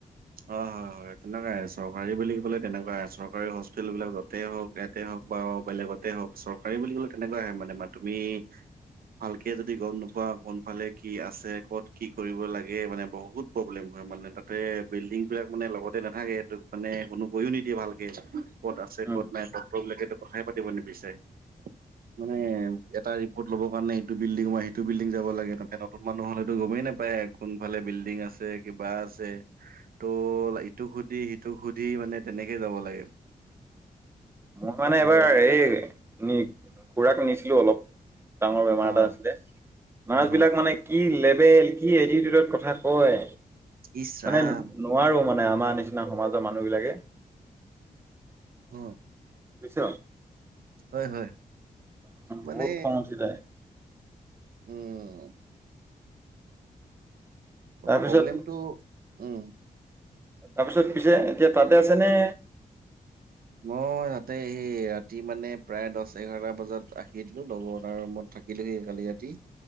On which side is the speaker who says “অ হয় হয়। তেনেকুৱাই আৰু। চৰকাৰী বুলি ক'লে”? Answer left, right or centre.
Right